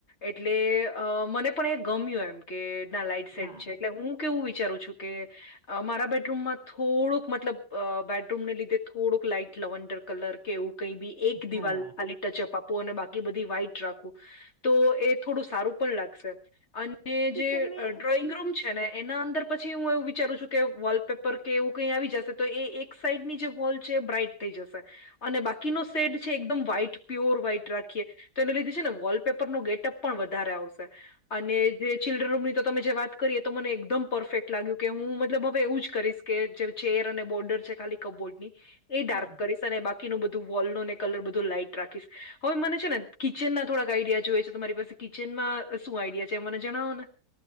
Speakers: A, on the left (about 40°); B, on the right (about 35°).
A: એટલે અ મને પણ એ ગમ્યું એમ કે ના લાઈટ સેટ
B: હા
A: છે. એટલે હું કેવું વિચારું છું કે, મારા બેડરૂમમાં થોડુંક મતલબ બેડરૂમને લીધે થોડુંક લાઈટ લવન્ડર કલર કે એવું કઈ બી એક
B: હા
A: દિવાલ ખાલી ટચઅપ આપવું અને બાકી બધી વાઈટ રાખવું તો એ થોડું સારું પણ લાગશે અને ને
B: એ
A: જે
B: તમે
A: ડ્રોઈંગ રૂમ છે ને એના અંદર પછી પછ હું એવું વિચારું છું, કે વોલપેપર કે એવું કઈ આવી જશે તો એ એક સાઈડની જે હોલ છે એ બ્રાઈટ થઈ જશે. અને બાકીનો શેડ છે એકદમ વ્હાઈટ પ્યોર વ્હાઈટ રાખીએ તો એને લીધે છે ને વોલપેપર નો ગેટઅપ પણ વધારે આવશે અને જે ચિલ્ડ્રન રૂમ ની તો તમે જે વાત કરીએ તો મને એકદમ પરફેક્ટ લાગ્યું કે હું મતલબ હવે એવું જ કરીશ કે જે ચેર અને બોર્ડર છે ખાલી કપબોર્ડ ની એ ડારક
B: હા
A: કરી બાકીનું બધું વોલ ન ને કલર બધું લાઈટ રાખીશ હવે મને છે ને કિચન ના થોડાક આઈડિયા જોઈ છે તમારી પાસે કિચનમાં શું આઈડિયા છે મને જણાવો ને